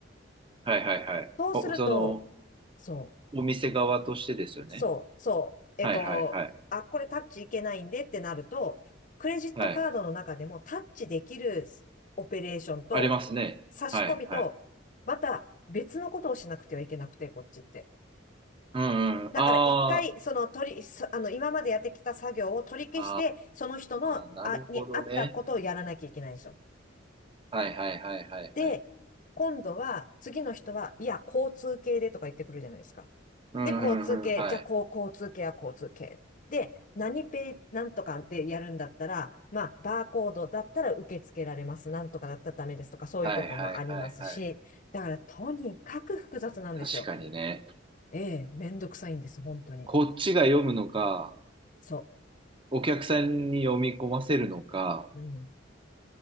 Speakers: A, on the right; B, on the left.
A: はいはいはい。
B: そうすると、
A: お、その、
B: そう、
A: お店側としてですよね。
B: そう、そう、
A: はいはいはい。
B: えっと、あ、これタッチいけないんでってなると、クレジットカードの中でもタッチできる
A: はい。
B: オペレーションと、
A: ありますね。
B: 差し込みと、
A: はいはい。
B: また別のことをしなくてはいけなくて、こっちって。
A: うんうん。
B: だから一回、
A: あ
B: その取り、そあの、今までやってきた作業を取り消して、
A: あ、
B: その人の、
A: ああ、なるほどね。
B: あ、に合ったことをやらなきゃいけないんですよ。
A: はいはいはいはいはい。
B: で、今度は、次の人は、いや、交通系でとか言ってくるじゃないですか。
A: うんうんうん。
B: で、交通系、
A: はい。
B: じゃあ、こう、交通系は交通系。で、何ペイ、なんとかってやるんだったら、まあ、バーコードだったら受け付けられます。なんとかだったらダメですとか、そういうこともありますし、
A: はいはいはいはい。
B: だから、とにかく複雑なんですよ。
A: 確かにね。
B: ええ、めんどくさいんです、本当に。
A: こっちが読むのか、
B: そ
A: お客さんに読み込ませるのか。
B: う。うん